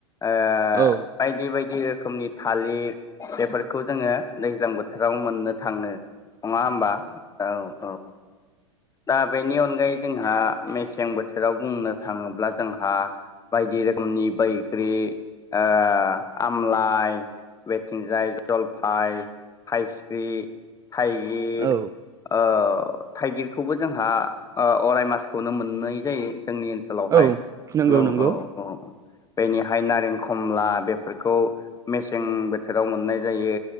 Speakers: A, on the left (about 20°); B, on the right (about 20°).
A: ओ
B: औ
A: बायदि बायदि रोखोमनि थालिर बेफोरखौ जोंङो दैज्लां बोथोराव मोननो थांङो। नंङा होमबा औ औ। दा बेनि अनगायै जोंहा मेसें बोथोराव बुंनो थांङोब्ला जोंहा बायदि रोखोम खनि बैग्रि ओ आमलाइ बेेथिंजाय जलफाय फायस्रि थाइगिर
B: औ
A: ओ थाइगिर खौबो जोंहा अराय मासखौनो मोननाय जायो जोंनि ओनसोल ओनसोलावहाय
B: औ नंगौ
A: औ
B: नंगौ
A: औ औ औ। बेनिहाय नारें खमला बेफोरखौ मेसें बोथोराव मोननाय जायो।